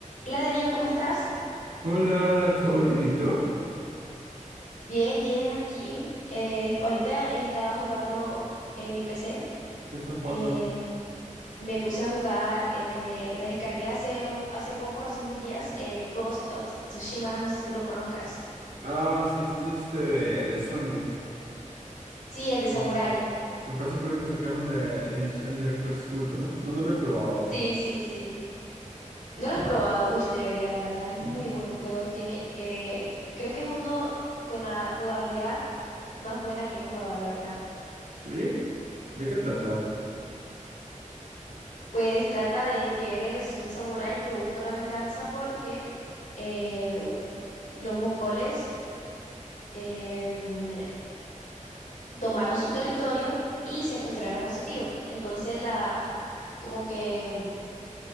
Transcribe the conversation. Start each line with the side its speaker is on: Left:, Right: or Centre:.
Left: Hola Darío, ¿cómo estás?
Right: Hola, hola, ¿todo bien? ¿Y tú?
Left: Bien, bien, aquí. Eh, ahorita estaba jugando en mi PC.
Right: ¿Qué estás jugando?
Left: eh, me puse a jugar, eh, me, me descargué hace, un- hace poco, hace unos días, eh, Ghost of Tsushima, no sé si lo conozcas.
Right: Ah, sí, esto es este de, de Sony.
Left: Sí, el de Samurai.
Right: Me parece Me parece que ahorita sacaron la edición Director's Cut, ¿no? No, no lo he probado.
Left: Sí, sí, sí. ¿No lo has probado? Uy, debería, la verdad, es muy
Right: <laughs>
Left: buen juego. Tiene, eh, creo que es uno con la jugabilidad más buena que he jugado, la verdad.
Right: ¿Sí? ¿De qué trata?
Left: Pues trata de que eres un samurái que busca una venganza porque eh, los mongoles em, tomaron su territorio y secuestraron a su tío. Entonces la como que em,